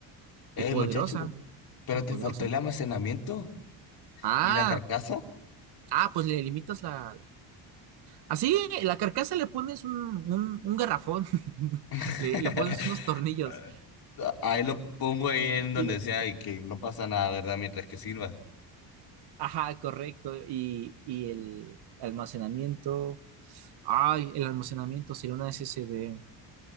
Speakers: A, on the left (about 55°); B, on the right (about 60°).
A: Eh,
B: y poderosa.
A: muchacho, pe- pero
B: Y
A: te
B: poderosa.
A: faltó el almacenamiento
B: Ah,
A: y la carcasa.
B: ah, pues le limitas la, Así, la carcasa le pones un, un, un garrafón, <laughs>
A: <laughs>
B: le, le pones unos tornillos.
A: Ah, Ahí lo pongo ahí en
B: Y, y
A: donde
B: la-
A: sea y que no pasa nada, ¿verdad? Mientras que sirva.
B: ajá, correcto. Y, y el almacenamiento. Ay, el almacenamiento sería una SSD.